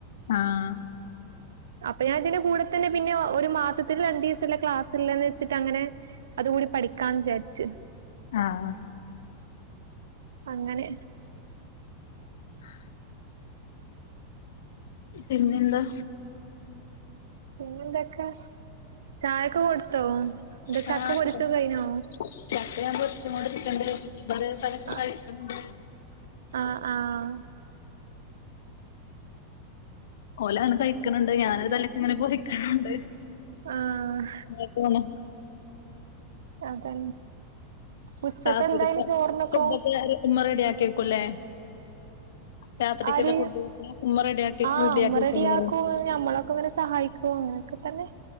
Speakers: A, on the left; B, on the right.
A: ആഹ്
B: അപ്പൊ ഞാൻ ഇതിന്റെ കൂടെ തന്നെ പിന്നെ ഒരു മാസത്തില് രണ്ട് ദിവസല്ലേ ക്ലാസ് ഇള്ളേന്ന് വെച്ചിട്ട് അങ്ങനെ അതു കൂടി പഠിക്കാന്ന് വിചാരിച്ചു
A: ആഹ്
B: അങ്ങനെ
A: <inaudible> പിന്നെന്താ
B: പിന്നെന്തൊക്കാ ചായൊക്കെ കൊടുത്തോ എന്താ
A: ആഹ്
B: ചക്ക പൊരിച്ചത് കഴിഞ്ഞോ
A: <unintelligible>
B: ആഹ് ആഹ് ആഹ്
A: ഓലങ്ങനെ കഴിക്കണണ്ട് ഞാന് <unintelligible>
B: ആഹ്
A: അങ്ങനെ പോണു
B: അതെ ഉച്ചക്കെന്തായിന്
A: രാത്രിക്കത്തെ
B: ചോറിനൊക്കെ
A: ഫുഡൊക്കെ ഉമ്മ റെഡിയാക്കി വെക്കുല്ലേ രാത്രിക്കുള്ള
B: ആര്
A: ഫുഡൊക്കെ ഉമ്മ റെഡിയാക്കി
B: ആഹ്
A: റെഡിയാക്കി
B: അമ്മ
A: വെക്കുല്ലേ
B: റെഡിയാക്കും ഞമ്മളൊക്കെ ഇങ്ങനെ സഹായിക്കും അങ്ങനൊക്കെ തന്നെ